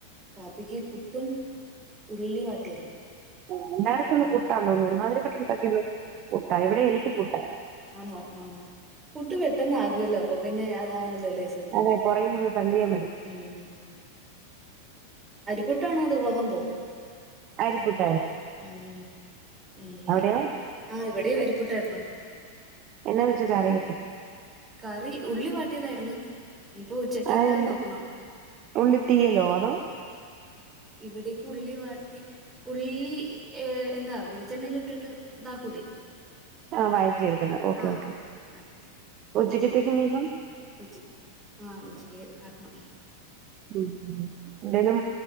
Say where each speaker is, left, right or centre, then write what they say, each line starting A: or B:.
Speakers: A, on the right; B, on the right.
A: കാപ്പക്ക് പുട്ടും ഉള്ളി വാട്ടിയതും
B: ആ എല്ലടത്ത ഒന്ന്
A: ഉം,
B: കട്ടല്ലോന്നും ഒരുമാതിരി കട്ട ഇവിടെ എനിക്ക് കൂട്ടായ
A: ആണോ ആഹ പുട്ട് പെട്ടെന്ന് ആകുവല്ലോ അപ്പൊ പിന്നെ അതാണല്ലോ അല്ലേ സുഖം
B: അതെ പുറകിൽ നിന്ന് തള്ളിയാ മതി
A: ഉം. പുട്ടാണോ അത് കോതംമ്പോ
B: അരിപ്പൊട്ട
A: ഉ
B: അവിടെയോ
A: ആ് ഇവിടെയും അരിപ്പൂട്ടായിുന്നോ
B: എന്നാ വച്ച തര ഒക്കെയ
A: കറി ഉള്ളി വാട്ടിയതായിരുന്നു ഇനിയിപ്പോ ഉച്ചക്കത്തെ
B: അതെ
A: നോക്കണം
B: ഉള്ളി തീയലോ അ
A: ഇവിടേക്ക് ഉള്ളി വാട്ടി ഉള്ളി ഏ എന്താ വെളിച്ചെണ്ണൽ ഇട്ടിട്ട് ഇതാക്കൂലേ
B: ആ വായി ഓക്കെ
A: ആഹ്
B: ഓക്കെ
A: അത്
B: ഒച്ചക്ക്ത്തിക്ക്ിന പ
A: ഉച്ച ആഹ ഉച്ചക്ക് ആക്കണം
B: ഉ എന്തായാലും